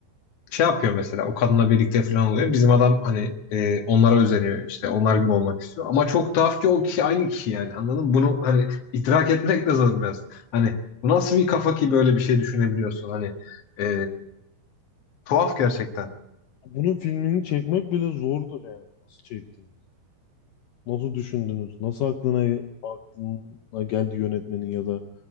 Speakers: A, on the left; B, on the left.
A: şey yapıyor mesela o kadınla birlikte falan oluyor. Bizim adam hani e, onlara özeniyor işte onlar gibi olmak istiyor. Ama çok tuhaf ki o kişi aynı kişi yani anladın mı? Bunu hani idrak etmek de zor biraz. Hani bu nasıl bir kafa ki böyle bir şey düşünebiliyorsun hani e, tuhaf gerçekten.
B: Bunun filmini çekmek bile zordur yani. Nasıl çektiniz? Nasıl düşündünüz? Nasıl aklına aklına geldi yönetmenin ya da